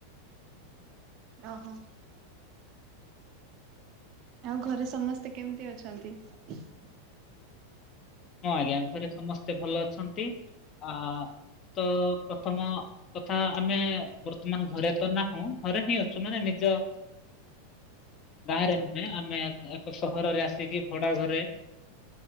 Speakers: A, on the right (about 45°); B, on the left (about 40°).
A: ଅ ହ। ଆଉ ଘରେ ସମସ୍ତେ କେମିତି ଅଛନ୍ତି <unintelligible>
B: ହଁ, ଆଜ୍ଞା ଘରେ ସମସ୍ତେ ଭଲ ଅଛନ୍ତି ଆ ତ ପ୍ରଥମ ତଥା ଆମେ ବର୍ତ୍ତମାନ ଘରେ ତ ନାହୁଁ ଘରେ ହିଁ ଅଛୁ ମାନେ ନିଜ ଗାଁ ରେ ନୁହେଁ ଆମେ ଏକ ସହରରେ ଆସିକି ଭଡା ଘରେ